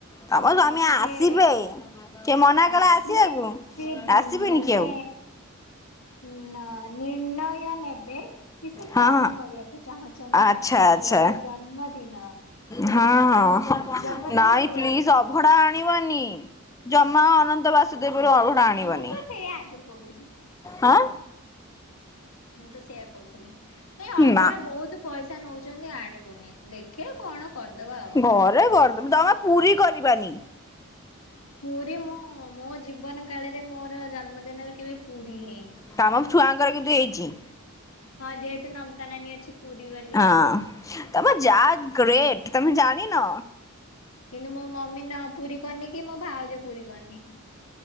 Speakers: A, on the left (about 15°); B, on the left (about 80°).
A: ତମ
B: ସେ
A: ସ୍ୱାମୀ
B: ତାପରେ
A: ଆସିବେ କିଏ ମନା କଲା
B: ଆସିଲେ
A: ଆସିବାକୁ?
B: ସେ ଗ୍
A: ଆସିବେନି
B: ମାନେ
A: କି ଆଉ
B: ନେ ନିର୍ଣ୍ଣୟ ନେବେ କି ସେ
A: ହଁ
B: କଣ
A: ହଁ
B: କରିବାପାଇଁ ସେ ଚାହୁଁଛନ୍ତି
A: ଆଚ୍ଛା
B: ତାଙ୍କ
A: ଆଚ୍ଛା।
B: ଝିଅର ଜନ୍ମ ଦିନ
A: ହଁ ହଁ
B: ଜନ୍ମଦିନରେ
A: ନାଇଁ ପ୍ଲିଜ ଅବ ଅବଢ଼ା ଆଣିବନି ଜମା ଅନନ୍ତ ବାସୁଦେବରୁ ଆଉ ଆଣୀବନି
B: ମୁଁ ତ ସେଇଆ ଆଗରୁ କହୁଥିଲି
A: ହଁ।
B: ମୁଁ ତ ସେଇଆ କହୁଥିଲି। ନାଇ ଅବଢ଼ା
A: ନା
B: ବହୁତୁ ପଇସା ନଉଛନ୍ତି ଆଣିବୁନି। ଦେଖେ କଣ କରିଦବା। ଆଉ।
A: ଘରେ କରଦମ ଜମା ପୁରୀ କରିବାନି।
B: ପୁରୀ ମୁଁ ମୋ ଜୀବନ କାଳରେ ମୋର ଜନ୍ମଦିନରେ କେବେ ପୁରୀ ହେଇନି।
A: ତମ ଛୁଆଙ୍କର କିନ୍ତୁ ହେଇଛି।
B: ହଁ ଯେହେତୁ ନମତା ନାନୀ ଅଛି ପୁରୀ ବାଲି।
A: ହଁ ତମର ଯା ଗ୍ରେଟ ତମେ ଜାଣିନ।
B: କିନ୍ତୁ ମୋ ମମି ନ ପୁରୀ କରିନିକି ମୋ ଭାଉଜ ପୂରି କରିନି।